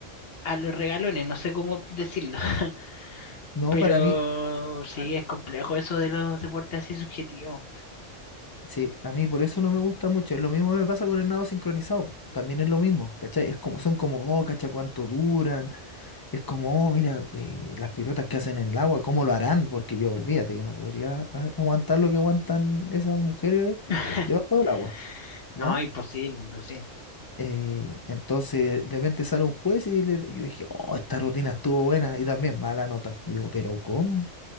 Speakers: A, on the left; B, on the left.
A: a los regalones, no sé cómo decirlo, <laughs>
B: No,
A: pero
B: para mí,
A: sí
B: para-
A: es complejo eso de los deportes así subjetivos.
B: sí, a mí por eso no me gusta mucho. Es lo mismo que me pasa con el nado sincronizado, po. También es lo mismo, ¿cachai? Es como, son como, oh, cacha, cuánto duran. Es como, oh, mira, eh, las piruetas que hacen en el agua, ¿cómo lo harán? Porque yo, olvídate, que no podría a- aguantar lo que aguantan esas mujeres
A: <laughs>
B: debajo del agua, ¿ya?
A: No, imposible, imposible.
B: Eh, entonces, de repente sale un juez y le- yo dije, oh, esta rutina estuvo buena y también mala nota. Y digo, pero ¿cómo?